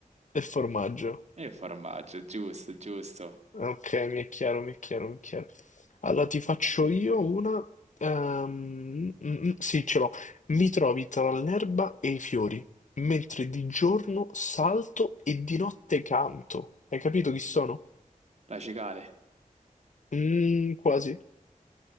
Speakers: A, on the left; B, on the right.
A: Il formaggio.
B: E il formaggio, giusto, giusto.
A: Ok, mi è chiaro, mi è chiaro, mi è chiaro. Allora, ti faccio io una... ehm, mm, mm, sì, ce l'ho. Mi trovi tra l'erba e i fiori, mentre di giorno salto e di notte canto. Hai capito chi sono?
B: La cicale.
A: Mm, quasi.